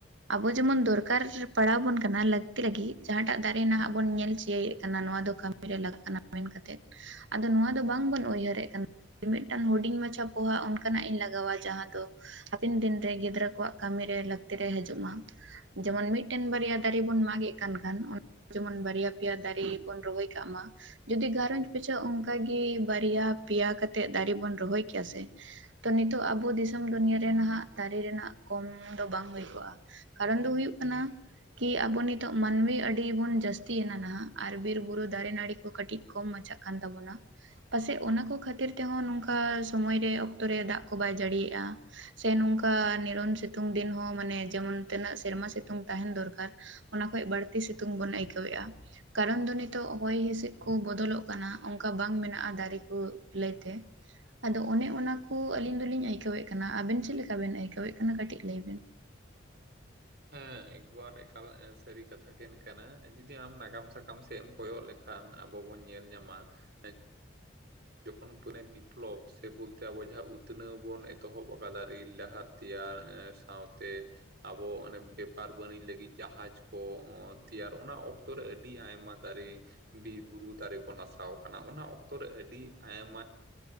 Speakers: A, on the right (about 75°); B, on the right (about 55°).
A: ᱟᱵᱚ ᱡᱮᱢᱚᱱ ᱫᱚᱨᱠᱟᱨ ᱯᱟᱲᱟᱣ ᱵᱚᱱ ᱠᱟᱱᱟ ᱞᱟᱹᱠᱛᱤ ᱞᱟᱹᱜᱤᱫ ᱡᱟᱦᱟᱸᱴᱟᱜ ᱫᱟᱨᱮ ᱱᱟᱦᱟᱸᱜ ᱵᱚᱱ ᱧᱮᱞ ᱪᱤᱭᱟᱹᱭᱮᱫ ᱠᱟᱱᱟ ᱱᱚᱣᱟ ᱫᱚ ᱠᱟᱹᱢᱤ ᱨᱮ ᱞᱟᱜᱟᱜ ᱠᱟᱱᱟ ᱢᱮᱱ ᱠᱟᱛᱮᱫ ᱟᱫᱚ ᱱᱚᱣᱟ ᱫᱚ ᱵᱟᱝᱵᱚᱱ ᱩᱭᱦᱟᱹᱨᱮᱫ ᱠᱟᱱ ᱠᱤ ᱢᱤᱫᱴᱟᱝ ᱦᱩᱰᱤᱧ ᱢᱟᱪᱷᱟ ᱯᱚᱦᱟ ᱚᱱᱠᱟᱱᱟᱜ ᱤᱧ ᱞᱟᱜᱟᱣᱟ ᱡᱟᱦᱟᱸ ᱫᱚ ᱦᱟᱯᱤᱱ ᱫᱤᱱᱨᱮ ᱜᱤᱫᱽᱨᱟᱹ ᱠᱚᱣᱟᱜ ᱠᱟᱹᱢᱤᱨᱮ ᱞᱟᱹᱠᱛᱤ ᱨᱮ ᱦᱟᱹᱡᱩᱜ ᱢᱟ᱾ ᱡᱮᱢᱚᱱ ᱢᱤᱴᱴᱮᱱ ᱵᱟᱨᱭᱟ ᱫᱟᱨᱮ ᱵᱚᱱ ᱢᱟᱜ ᱮᱫ ᱠᱟᱱ ᱠᱷᱟᱱ ᱚᱱ ᱡᱮᱢᱚᱱ ᱵᱟᱨᱭᱟ ᱯᱮᱭᱟ ᱫᱟᱨᱮ ᱵᱚᱱ ᱨᱚᱦᱚᱭ ᱠᱟᱜ ᱢᱟ ᱡᱩᱫᱤ ᱜᱟᱭ ᱨᱚᱸᱡᱽ ᱯᱤᱪᱷᱟᱹ ᱚᱝᱠᱟᱜᱮ ᱵᱟᱨᱭᱟ ᱯᱮᱭᱟ ᱠᱟᱛᱮᱜ ᱫᱟᱨᱮ ᱵᱚᱱ ᱨᱚᱦᱚᱭ ᱠᱮᱭᱟ ᱥᱮ ᱛᱚ ᱱᱤᱛᱚᱜ ᱟᱵᱚ ᱫᱤᱥᱚᱢ ᱫᱩᱱᱤᱭᱟᱹ ᱨᱮ ᱱᱟᱦᱟᱸᱜ ᱫᱟᱨᱮ ᱨᱮᱱᱟᱜ ᱠᱚᱢ ᱫᱚ ᱵᱟᱝ ᱦᱩᱭ ᱠᱚᱜᱼᱟ᱾ ᱠᱟᱨᱚᱱ ᱫᱚ ᱦᱩᱭᱩᱜ ᱠᱟᱱᱟ ᱠᱤ ᱟᱵᱚ ᱱᱤᱛᱚᱜ ᱢᱟᱹᱱᱢᱤ ᱟᱹᱰᱤ ᱵᱩᱱ ᱡᱟᱹᱥᱛᱤᱭᱮᱱᱟ ᱱᱟᱦᱟᱸᱜ ᱟᱨ ᱵᱤᱨ ᱵᱩᱨᱩ ᱫᱟᱨᱮ ᱱᱟᱹᱲᱤ ᱠᱚ ᱠᱟᱹᱴᱤᱡ ᱠᱚᱢ ᱢᱟᱪᱷᱟᱜ ᱠᱟᱱ ᱛᱟᱵᱚᱱᱟ᱾ ᱯᱟᱥᱮᱡ ᱚᱱᱟ ᱠᱚ ᱠᱷᱟᱹᱛᱤᱨ ᱛᱮᱦᱚᱸ ᱱᱚᱝᱠᱟ ᱥᱚᱢᱚᱭᱨᱮ ᱚᱠᱛᱚ ᱨᱮ ᱫᱟᱜ ᱠᱚ ᱵᱟᱭ ᱡᱟᱹᱲᱤᱭᱮᱜᱼᱟ᱾ ᱥᱮ ᱱᱩᱝᱠᱟ ᱱᱤᱨᱚᱱ ᱥᱤᱛᱩᱝ ᱫᱤᱱ ᱦᱚᱸ ᱢᱟᱱᱮ ᱡᱮᱢᱚᱱ ᱛᱤᱱᱟᱹᱜ ᱥᱮᱨᱢᱟ ᱥᱤᱛᱩᱝ ᱛᱟᱦᱮᱸᱱ ᱫᱚᱨᱠᱟᱨ᱾ ᱚᱱᱟ ᱠᱷᱚᱡ ᱵᱟᱹᱲᱛᱤ ᱥᱤᱛᱩᱝ ᱵᱚᱱ ᱟᱹᱭᱠᱟᱹᱣᱮᱜᱼᱟ ᱠᱟᱨᱚᱱ ᱫᱚ ᱱᱤᱛᱚᱜ ᱦᱚᱭ ᱦᱤᱸᱥᱤᱫ ᱠᱩ ᱵᱚᱫᱚᱞᱚᱜ ᱠᱟᱱᱟ ᱚᱝᱠᱟ ᱵᱟᱝ ᱢᱮᱱᱟᱜᱼᱟ ᱫᱟᱨᱮ ᱠᱚ ᱞᱟᱹᱭᱛᱮ ᱟᱫᱚ ᱚᱱᱮ ᱚᱱᱟ ᱠᱩ ᱟᱹᱞᱤᱧ ᱫᱚᱞᱤᱧ ᱟᱹᱭᱠᱟᱹᱣᱮᱫ ᱠᱟᱱᱟ ᱟᱵᱮᱱ ᱪᱮᱫ ᱞᱮᱠᱟᱵᱮᱱ ᱟᱹᱭᱠᱟᱹᱣᱮᱫ ᱠᱟᱱᱟ ᱠᱟᱹᱴᱤᱡ ᱞᱟᱹᱭᱵᱤᱱ᱾
B: ᱦᱮᱸ ᱮᱠᱵᱟᱨ ᱮᱠᱟᱞ ᱮᱸ ᱥᱟᱹᱨᱤ ᱠᱟᱛᱷᱟ ᱜᱮᱱ ᱠᱟᱱᱟ ᱡᱩᱫᱤ ᱟᱢ ᱱᱟᱜᱟᱢ ᱥᱟᱠᱟᱢ ᱥᱮᱫ ᱮᱢ ᱠᱚᱭᱚᱜ ᱞᱮᱠᱷ ᱠᱷᱟᱱ ᱟᱵᱚ ᱵᱚᱱ ᱧᱮᱞ ᱧᱟᱢᱟ ᱮᱸ ᱡᱚᱠᱷᱚᱱ ᱯᱩᱱᱮ ᱵᱤᱯᱞᱚᱵᱽ ᱥᱮ ᱵᱚᱞᱛᱮ ᱟᱵᱚ ᱡᱟᱦᱟᱸ ᱩᱛᱱᱟᱹᱣ ᱵᱚᱱ ᱮᱛᱚᱦᱚᱵ ᱟᱠᱟᱫᱟ ᱨᱤᱞ ᱰᱟᱦᱟᱨ ᱛᱤᱭᱟᱨ ᱮᱸᱥ ᱥᱟᱶᱛᱮ ᱟᱵᱚ ᱚᱱᱮ ᱵᱮᱯᱟᱨ ᱵᱟᱹᱱᱤᱡᱽ ᱞᱟᱹᱜᱤᱫ ᱡᱟᱦᱟᱡᱽ ᱠᱚ ᱚᱸ ᱛᱮᱭᱟᱨ ᱚᱱᱟ ᱚᱠ ᱚᱠᱛᱚ ᱨᱮ ᱟᱹᱰᱤ ᱟᱭᱢᱟ ᱫᱟᱨᱤ ᱵᱤᱨ ᱵᱩᱨᱩ ᱫᱟᱨᱤ ᱠᱚ ᱱᱟᱥᱟᱣ ᱠᱟᱱᱟ ᱚᱱᱟ ᱚᱠᱛᱚ ᱨᱮ ᱟᱹᱰᱤ ᱟᱭᱢᱟ